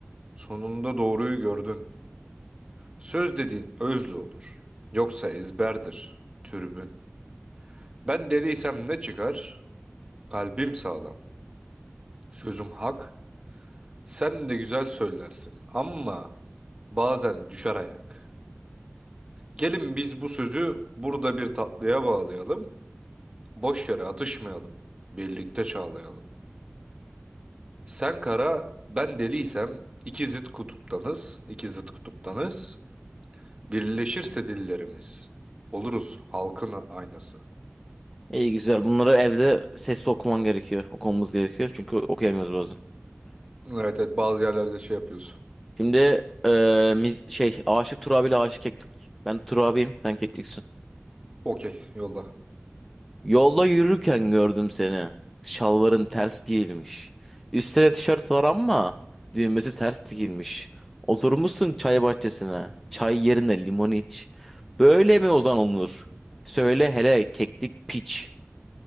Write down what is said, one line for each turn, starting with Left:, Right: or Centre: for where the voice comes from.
Right: Sonunda doğruyu gördün. Söz dediğin özlü olur, yoksa ezberdir, türbün. Ben deliysem ne çıkar? Kalbim sağlam, sözüm hak, sen de güzel söylersin ama... bazen düşer ayak. Gelin biz bu sözü burada bir tatlıya bağlayalım. Boş yere atışmayalım. Birlikte çağlayalım. Sen kara, ben deliysem iki zıt kutuptanız, iki zıt kutuptanız. Birleşirse dillerimiz oluruz halkın aynası.
Centre: İyi güzel. Bunları evde sesli okuman gerekiyor. Okumamız gerekiyor. Çünkü okuyamıyoruz bazen.
Right: Evet evet bazı yerlerde şey yapıyoruz.
Centre: Şimdi eee, mis- şey Aşık Turabi ile Aşık Keklik. Ben Turabi'yim. Sen Kekliksin.
Right: Okey yolla.
Centre: Yolda yürürken gördüm seni. Şalvarın ters giyilmiş. Üstüne tişört var ama düğmesi ters dikilmiş. Oturmuşsun çay bahçesine. Çay yerine limon iç. Böyle mi ozan olunur? Söyle hele keklik piç.